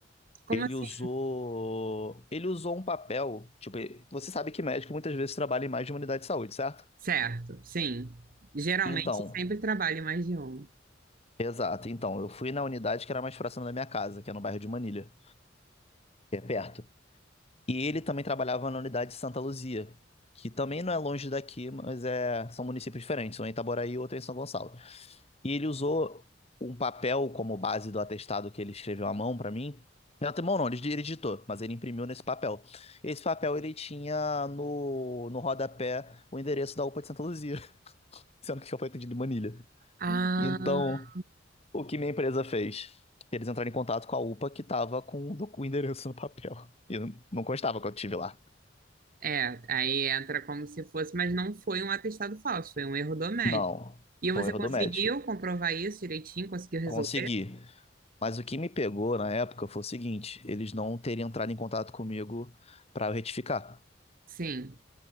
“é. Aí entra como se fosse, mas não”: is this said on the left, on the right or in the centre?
Right